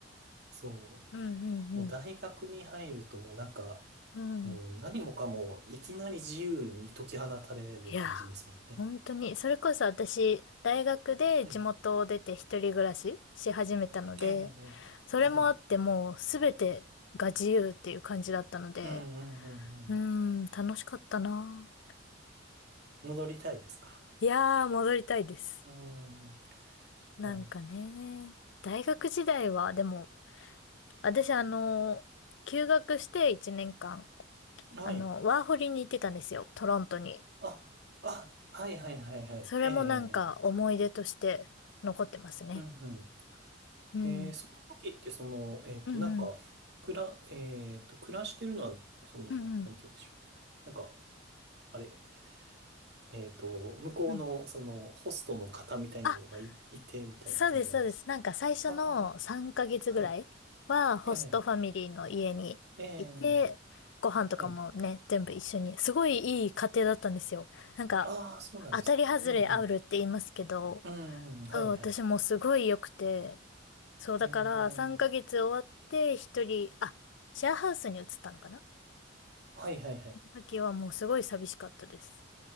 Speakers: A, on the right; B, on the left.
A: そ
B: うんうんうん。
A: う。もう大学に入るともうなんか、
B: うん
A: もう何もかもいきなり自由に解き放たれる感じですもんね。
B: いや、本当に、それこそ私、大学で地元を出て一人暮らしし始めたので、
A: はい。ええ、ええええはい。
B: それもあってもうすべてが自由っていう感じだったので、
A: うんうんうんうん。
B: うーん、楽しかったな。
A: 戻りたいですか。
B: いやー、戻りたいです。
A: うん、
B: なんかね、
A: なるほ
B: 大学時代は、でも、私あの、休学して1年間、
A: ど。はい。
B: あの、ワーホリに行ってたんですよ、トロントに。
A: あ、あ、はいはいはいはい。
B: それもなんか思い出として残ってますね。
A: ええ、ええええうんうん。
B: うん。
A: ええ、その時ってその、えっと、
B: うんうん
A: なんか、くら、えっと、暮らしてるのは、その、
B: うんうん
A: なんて言うんでしょう。なんか、あれ、えっと、向こうの、
B: うん
A: その、ホストの方みたいなのがい、
B: あ、
A: いて、みたいな感じなんです。
B: そうです、そうです。なんか最初の3ヶ月ぐらいはホストファミリーの家にいて、
A: ああ。はい。ええ、ええ、
B: ご飯とかもね、
A: はい。
B: 全部一緒に。すごいいい家庭だったんですよ。なんか、
A: ああ、そうなんですか。
B: 当たり外れあるって言いますけど、
A: うんうん。うんうん、
B: そう、
A: はい、
B: 私もすごい良くて、
A: はい。
B: そう、
A: え
B: だから3ヶ月終わって一人、
A: え、
B: あ、シェアハウスに移ったのかな
A: はい、はい、はい。
B: その時はもうすごい寂しかったです。